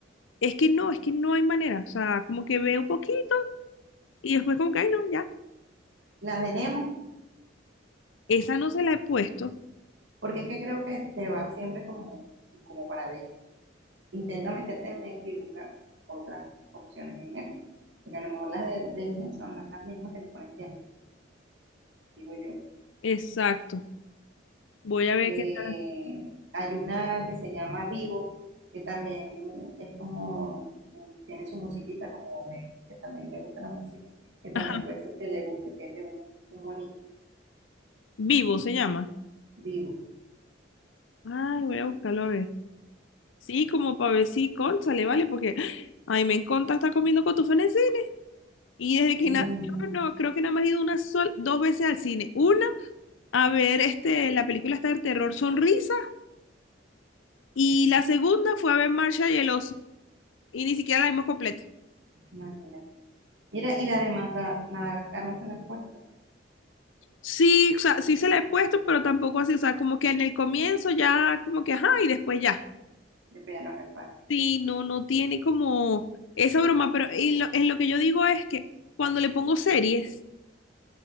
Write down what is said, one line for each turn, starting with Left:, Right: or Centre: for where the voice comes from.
Left: Es que no, es que no hay manera. O sea, como que veo un poquito y después como que, ay, no, ya.
Right: La de Nemo,
Left: Esa no se la he puesto.
Right: porque es que creo que te va siempre como, como para adentro. Intenta meterte en Netflix y busca otras opciones en Netflix, porque a lo mejor las de Disney son las mismas que le pones siempre, digo yo.
Left: Exacto. Voy a ver
Right: Eh,
Left: qué tal.
Right: hay una que se llama Vivo, que también es como, tiene su musiquita, como me dice que también le gusta la música, que también
Left: Ajá.
Right: puede ser que le guste, que es de un, un monito
Left: Vivo se llama.
Right: vivo.
Left: Ay, voy a buscarlo a ver. Sí, como para ver si, cónchale, ¿vale? Porque, ay, me encanta estar comiendo cotufanés y desde que
Right: Mm,
Left: nació, no, creo que nada más he ido una sola, dos veces al cine. Una, a ver este, la película está de terror Sonrisa y la segunda fue a ver Marsha y el oso y ni siquiera la vimos completa.
Right: imagínate. Mira, y la de Mazda- Madagascar no se la han puesto,
Left: Sí, o sea, sí se la he puesto, pero tampoco así, o sea, como que en el comienzo ya, como que, ajá, y después ya.
Right: de Piano Reparo.
Left: Sí, no, no tiene como esa broma, pero en lo, en lo que yo digo es que cuando le pongo series,